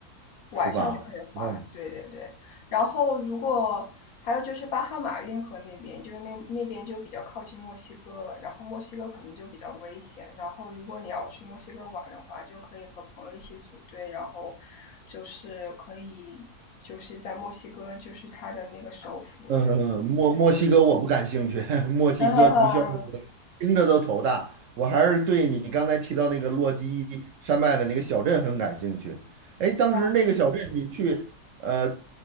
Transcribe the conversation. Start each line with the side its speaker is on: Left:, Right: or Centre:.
Left: 晚上也可以滑，
Right: 是吧？哦，
Left: 对对对。然后如果还有就是巴哈马运河那边，就是那那边就比较靠近墨西哥了，然后墨西哥可能就比较危险。然后如果你要去墨西哥玩的话，就可以和朋友一起组队，然后就是可以就是在墨西哥，就是它的那个首府，
Right: 嗯，
Left: 就是对对
Right: 嗯嗯墨墨西哥我不感兴趣，<laughs> 墨西哥毒枭那个听着都头大。
Left: 对，<laughs> 哈哈
Right: 我还是对你刚才提到那个洛基山脉的那个小镇很感兴趣。哎，当时那个小镇你去，
Left: 哈。
Right: 呃，